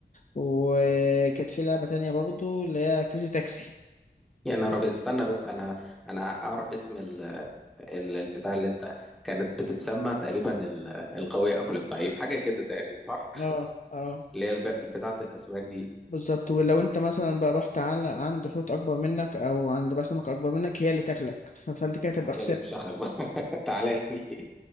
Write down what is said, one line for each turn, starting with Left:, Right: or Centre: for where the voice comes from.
Left: وكانت في لعبه تانية برضه اللي هي كريزي تاكسي
Centre: يعني انا رابط استنى بس انا انا اعرف اسم ال... ال... البتاع اللي انت كانت بتتسمى تقريبا ال... القوي اكل الضعيف حاجه كده تقريبا صح
Left: اه اه
Centre: اللي هي الب... بتاعه الاسماك دي
Left: بالظبط ولو انت مثلا بقى رحت على عند حوت اكبر منك او عند بقى سمك اكبر منك هي اللي تاكلك ف- فانت كده تبقى
Centre: هي
Left: خسرت
Centre: اللي تفشخك بقى <laughs> تعالى لي <laughs>